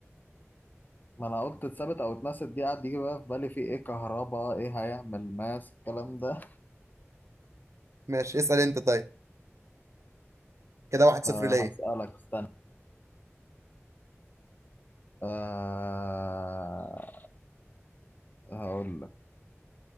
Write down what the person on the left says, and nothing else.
ما انا قلت اتثبت او اتنست دي قعد يجي بقى في بالي في ايه كهرباء ايه هيعمل ماس الكلام ده
أه
هسألك استنى أه هقول لك